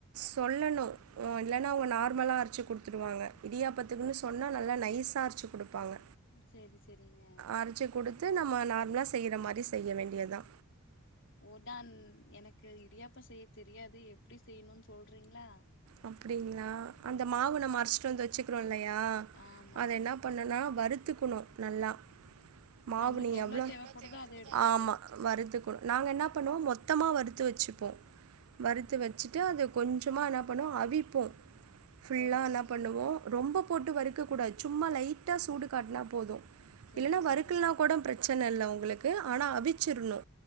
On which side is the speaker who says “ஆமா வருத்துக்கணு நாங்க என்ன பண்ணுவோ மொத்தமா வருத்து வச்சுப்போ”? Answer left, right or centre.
Right